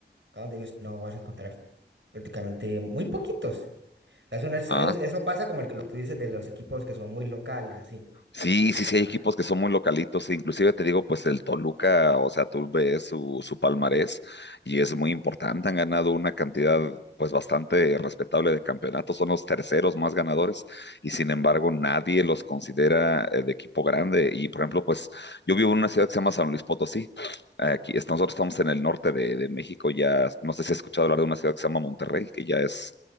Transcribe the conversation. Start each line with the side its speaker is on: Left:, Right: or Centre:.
Right: Acá donde ellos no vas a encontrar prácticamente muy poquitos. Es una- es-
Left: Ah,
Right: Eso, eso pasa como el que lo- tú dices de los equipos que son muy locales, así.
Left: Sí, sí,
Right: O sea,
Left: sí, hay
Right: ah,
Left: equipos que son muy localitos, e inclusive te digo, pues el Toluca, o sea, tú ves su, su palmarés y es muy importante, han ganado una cantidad pues bastante respetable de campeonatos, son los terceros más ganadores y sin embargo nadie los considera eh, de equipo grande y por ejemplo, pues yo vivo en una ciudad que se llama San Luis Potosí, aquí es- nosotros estamos en el norte de, de México, ya no sé si has escuchado hablar de una ciudad que se llama Monterrey, que ya es,